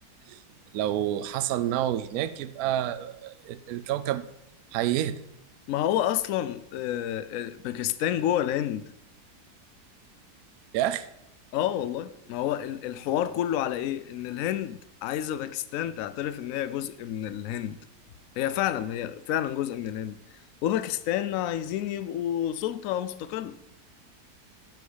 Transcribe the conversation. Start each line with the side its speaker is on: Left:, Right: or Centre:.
Right: فلو حصل نووي هناك يبقى الكوكب هيهدى
Left: ما هو اصلا آه، آه، باكستان جوه الهند
Right: يا
Left: اه والله ما هو ال- الحوار كله على ايه ان الهند عايزه باكستان تعترف ان هي جزء من الهند هي فعلا هي فعلا جزء من الهند وباكستان عايزين يبقوا سلطه مستقله